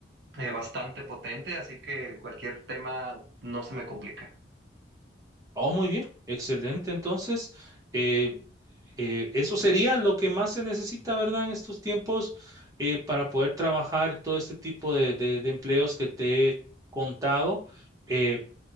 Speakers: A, on the right; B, on the right.
A: eh, bastante potente, así que cualquier tema no se me complica.
B: Oh, muy bien, excelente. Entonces, eh, eh, eso sería lo que más se necesita, ¿verdad? En estos tiempos eh, para poder trabajar todo este tipo de, de- de empleos que te he contado. Eh,